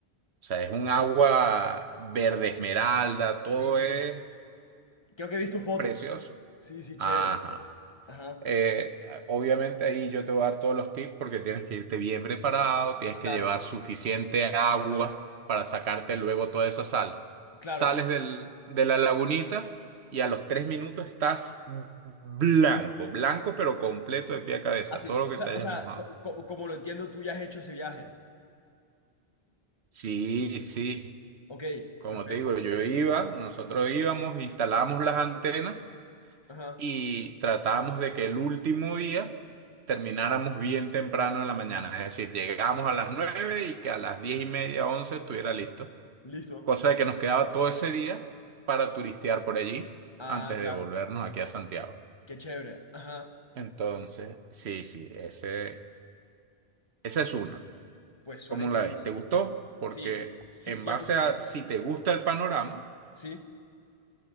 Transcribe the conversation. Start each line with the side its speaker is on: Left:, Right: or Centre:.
Right: O sea, es un agua verde esmeralda,
Left: Sí,
Right: todo
Left: sí.
Right: es
Left: Creo que he visto fotos.
Right: precioso.
Left: Sí, sí, chévere.
Right: Ajá.
Left: Ajá.
Right: Eh, obviamente ahí yo te voy a dar todos los tips porque tienes que irte bien preparado, tienes que
Left: Claro,
Right: llevar suficiente agua para sacarte luego toda esa sal.
Left: claro.
Right: Sales del- de la lagunita y a los tres minutos estás blanco, blanco pero completo de pie a cabeza,
Left: Así.
Right: todo lo que
Left: O sea,
Right: te hayas
Left: o sea,
Right: mojado.
Left: co- co- como lo entiendo, tú ya has hecho ese viaje.
Right: Sí, sí,
Left: Ok,
Right: como
Left: perfecto.
Right: te digo, yo iba, nosotros íbamos, instalábamos las antenas
Left: Ajá.
Right: y tratábamos de que el último día termináramos bien temprano en la mañana, es decir, llegábamos a las 9 y que a las 10 y media, 11 estuviera listo,
Left: Listo.
Right: cosa de que nos quedaba todo ese día para turistear por allí
Left: Ah,
Right: antes
Left: claro.
Right: de volvernos aquí a Santiago.
Left: Qué chévere. Ajá.
Right: Entonces, sí, sí, ese, esa es una.
Left: Pues suena
Right: ¿Cómo
Left: increíble.
Right: la ves? ¿Te gustó? Porque
Left: Sí, sí,
Right: en
Left: cien
Right: base
Left: por ciento,
Right: a si te gusta el panorama,
Left: Sí,